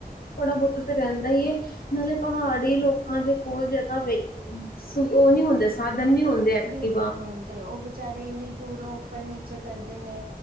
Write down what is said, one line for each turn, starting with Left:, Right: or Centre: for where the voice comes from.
Left: ਥੋੜਾ ਬਹੁਤਾ ਰਹਿੰਦਾ ਹੀ ਹੈਏ ਨਾਲੇ। ਪਹਾੜੀ ਲੋਕਾਂ ਦੇ ਕੋਲ ਜਿਆਦਾ ਵਾਂਗ ਉਹ ਨੀ ਹੁੰਦਾ ਸਾਧਨ ਨੀ ਹੁੰਦਾ। ਐਕਟੀਵਾ।
Right: ਬਿਲਕੁਲ ਨੀ ਹੁੰਦੇ ਉਹ ਵਿਚਾਰੇ ਇੰਨੀ ਦੂਰੋਂ ਉੱਪਰ ਨੀਚੇ ਕਰਦੇ ਨੇ